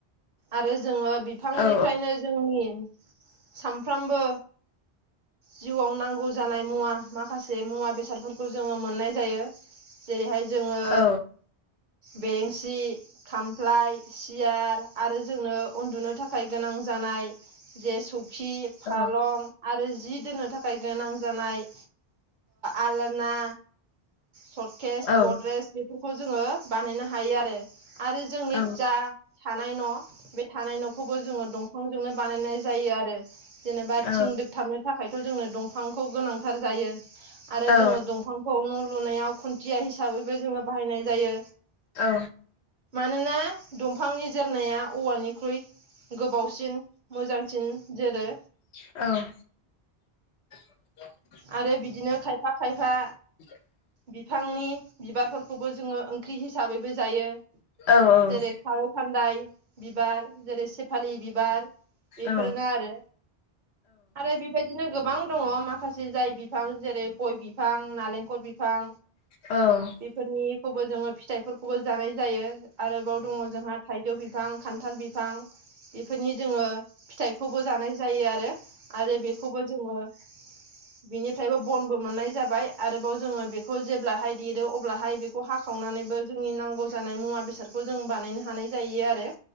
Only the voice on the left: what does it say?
औ
औ
औ
औ
औ
औ
औ
औ
औ <inaudible>
<inaudible>
औ औ
औ
औ